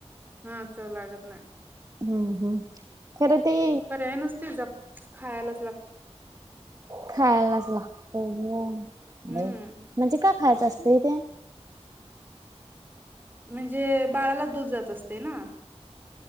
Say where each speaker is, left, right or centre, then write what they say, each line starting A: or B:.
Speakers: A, on the right; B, on the right.
A: हा चवं लागत नाही
B: हम्म हम्म खरं ते
A: पर्याय नसतोय जप खायला
B: खायलाच लागत ग
A: हम्म
B: म्हणजे का खायच असतेयं ते
A: म्हणजे बाळाला दूध जात असते ना